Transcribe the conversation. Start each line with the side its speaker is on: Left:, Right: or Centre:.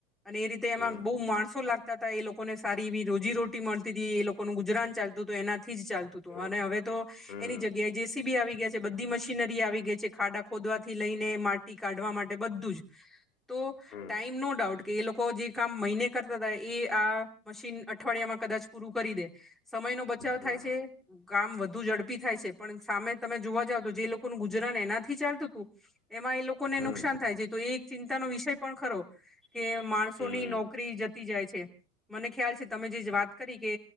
Centre: અને એ રીતે એમાં
Left: હમ
Centre: બહુ માણસો લાગતા તા એ લો લોકોને સારી એવી રોજી રટી મળતી તી એ લોકોનું ગુજરાન ચાલતું તું એનાથી જ ચાલતું તું
Left: હમ
Centre: અને હવે તો
Left: હમ
Centre: એની જગ્યાએ જેસીબી આવી ગયા છે બધી મશીનરી આવી ગઈ છે ખાડા ખોદવાથી લઈને મા ટી કાઢવા માટે બધું જ તો
Left: હમ
Centre: ટાઈમ નો ડાઉટ કે એ લોકો જે કામ મહિને કરતા તા એ આ મશીન અઠવાડિયામાં કદાચ પૂરું કરી દે સમયનો બચાવ
Left: હમ
Centre: થાય છે, કામ વધુ ઝડપી થાય છે પણ સામે તમે જોવા જાવ તો જે લો કોનું ગુજરાન એનાથી ચાલતું તું એમાં એ લોકોને
Left: હમ
Centre: નુકસાન થાય છે તો એ એક ચિંતાનો વિષય પણ ખરો કે માણસોની
Left: હમ
Centre: નોકરી જતી જાય છે. મને ખ્યાલ છે તમે જે-જે વાત કરી કે